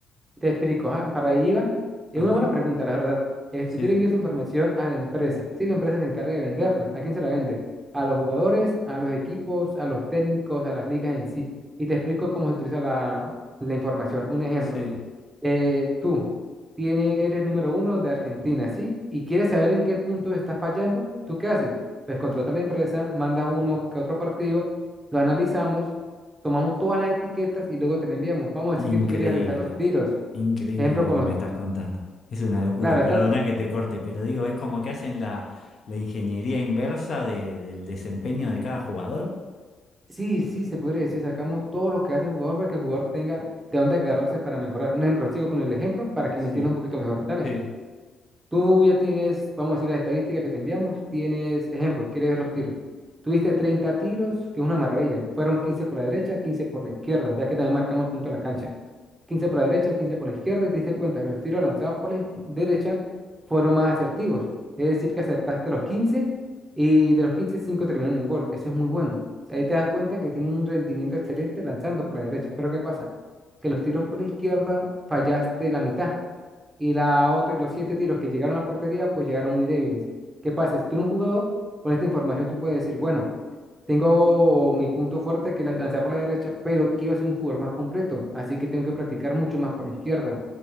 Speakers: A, on the right (about 20°); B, on the left (about 45°).
A: Te explico, ajá, para ahí iba. Es
B: Ajá,
A: una buena pregunta, la verdad. Este,
B: sí,
A: yo le envío esa información a la empresa. Si la empresa se encarga de venderla, ¿a quién se la vende? A los jugadores, a los equipos, a los técnicos, a las ligas en sí. Y te explico cómo se utiliza la, la información. Un ejemplo.
B: sí.
A: eh, tú tiene, eres el número uno de Argentina, ¿sí? Y quieres saber en qué punto estás fallando. ¿Tú qué haces? Pues contrata a la empresa, manda uno que otro partido, lo analizamos, tomamos todas las etiquetas y luego te la enviamos. Vamos a
B: Increíble,
A: decir que tú querías revisar los tiros.
B: increíble
A: Ejemplo,
B: lo
A: con
B: que
A: los.
B: me estás contando. Es una locura,
A: Claro, esta,
B: perdona que te corte, pero digo, es como que hacen la, la ingeniería inversa de- del desempeño de cada jugador.
A: sí, sí, se podría decir, sacamos todo lo que hace el jugador para que el jugador tenga de dónde agarrarse para mejorar. Un ejemplo, sigo con el ejemplo para que
B: Sí,
A: me entienda un poquito mejor. Dale,
B: sí.
A: tú ya tienes, vamos a decir, las estadísticas que te enviamos, tienes, ejemplo, quieres ver los tiros. Tuviste 30 tiros, que es una maravilla. Fueron 15 por la derecha, 15 por la izquierda, ya que también marcamos el punto de la cancha. 15 por la derecha, 15 por la izquierda, y te diste cuenta que los tiros lanzados por la izqui- derecha fueron más asertivos. Es decir, que acertaste los 15 y de los quince 5 terminaron en gol. Eso es muy bueno. Ahí te das cuenta que tiene un rendimiento excelente lanzando por la derecha. Pero ¿qué pasa? Que los tiros por la izquierda fallaste la mitad y la otra, los siete tiros que llegaron a la portería, pues llegaron muy débiles. ¿Qué pasa? Si tú eres un jugador, con esta información tú puedes decir, bueno, tengo mi punto fuerte, que es la- lanzar por la derecha, pero quiero ser un jugador más completo, así que tengo que practicar mucho más por la izquierda.